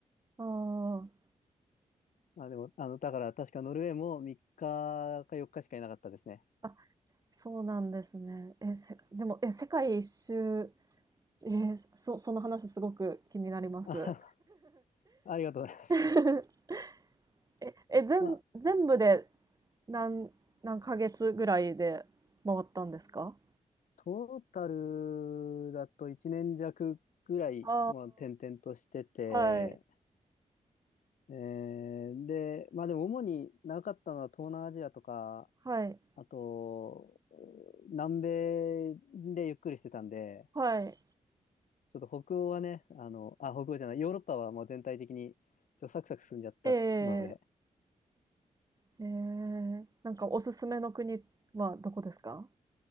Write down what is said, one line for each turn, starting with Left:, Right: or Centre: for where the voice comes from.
Right: あ
Left: まあ、でも、あの、だから確かノルウェーも3日か4日しかいなかったですね。
Right: あ。あ、そうなんですね。え、せでも、え、世界一周、えーそその話すごく気になります。
Left: あ、<laughs> ありがとうございます。
Right: <laughs> え、え、全全部で、
Left: まあ、
Right: 何何ヶ月ぐらいで回ったんですか？
Left: トータルだと1年弱ぐらい、
Right: あ
Left: まあ、転々としてて、
Right: あはい、
Left: えーで、まあでも主に長かったのは東南アジアとか、
Right: はい、
Left: あと、う南米でゆっくりしてたんで、
Right: はい。
Left: ちょっと北欧はね、あの、あ、北欧じゃない、ヨーロッパはもう全体的にちょっとサクサク進んじゃったので、
Right: ええ、ええ、なんかおすすめの国はどこですか